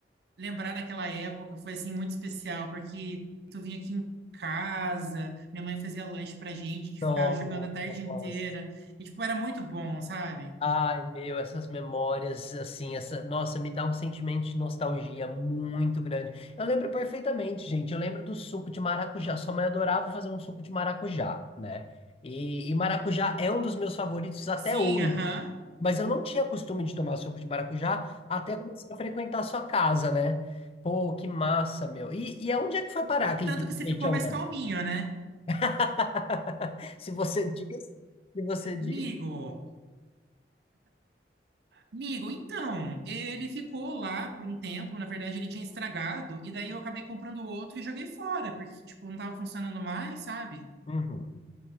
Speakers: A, on the right; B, on the left.
A: lembrar daquela época foi assim muito especial, porque tu vinha aqui em casa, minha mãe fazia lanche pra gente, a gente ficava
B: Nossa.
A: jogando a tarde inteira. E tipo, era muito bom, sabe?
B: Ai, meu, essas memórias, assim, essa, nossa, me dá um sentimento de nostalgia muito grande. Eu lembro perfeitamente, gente. Eu lembro do suco de maracujá. Sua mãe adorava fazer um suco de maracujá, né? E, e maracujá é um dos meus favoritos até
A: Sim,
B: hoje.
A: aham.
B: Mas eu não tinha costume de tomar suco de maracujá até começar a frequentar a sua casa, né? Pô, que massa, meu. E, e aonde é que foi parar aquele
A: Tanto
B: PlayStation
A: que você ficou mais
B: 1?
A: calminho, né?
B: <laughs> Se você diz, se você diz.
A: Amigo, Amigo, então, ele ficou lá por um tempo, na verdade ele tinha estragado, e daí eu acabei comprando outro e joguei fora, porque, tipo, não tava funcionando mais, sabe?
B: Uhum.